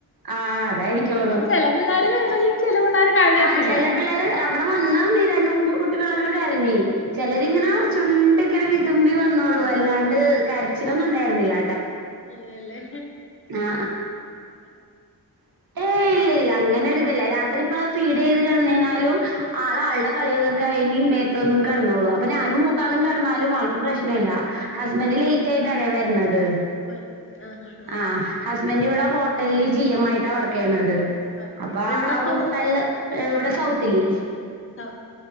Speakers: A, on the right; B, on the left.
A: ആ അതായിരിക്കോളും
B: ആ അതാ ചെല പിള്ളേര് കരയും ചെല പിള്ളേര് കരയത്തില്ല
A: ആ ചെല പിള്ളേര് അവിടെ വന്നാ രണ്ട് മൂന്ന് കുട്ടി കളെ ക്കെ കരഞ്ഞ് ചിലരിങ്ങനെ
B: ആഹ്
A: ചുണ്ടങ്ങനെ വിതുമ്പി വന്നോള്ളൂ
B: വിതുമ്പിയല്
A: അല്ലാണ്ട് കരച്ചിലൊന്നും ഉണ്ടായിരുന്നില്ല
B: <unintelligible> അല്ലേ
A: ആ ആ ഇല്ല ഇല്ല അങ്ങനെ ഒരുരിതല്ല രാത്രി ഇപ്പ ഫീഡ് ചെയ്ത് കിടന്നാലും ആള ആളുടെ കളികൾ കഴിഞ്ഞ് ന്റെ ട്ത്തന്ന് കടന്നോളൂ അപ്പൊ ഞാനും മൂത്താലും കടന്നാലും ആൾക്ക് പ്രശ്നം ഇല്ല ഹസ്ബൻഡ്
B: ആഹ്
A: ലൈറ്റ്ആയിട്ടാണേ വര്ണത്
B: വന്നത് ആഹ് ആഹ് ആഹ്
A: ആ ഹസ്ബൻഡ് ഇവിടെ ഹോ ല്ലി ജി എം ആയിട്ടാണ് വർക്ക് ചെയ്യുന്നത്
B: വർക്ക്
A: അപ്പ
B: ചെയ്യണത് എവിടാ സ്ഥലം
A: നല്ലടെ കൗത്തിലി
B: ആ